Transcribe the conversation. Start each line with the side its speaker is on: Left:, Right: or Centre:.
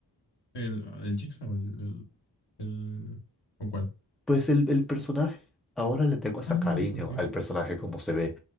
Left: El, el Jigsaw, el, el, el- ¿O cuál?
Centre: Pues el, el personaje, ahora le tengo hasta
Left: Ah,
Centre: cariño
Left: ok.
Centre: al personaje como se ve,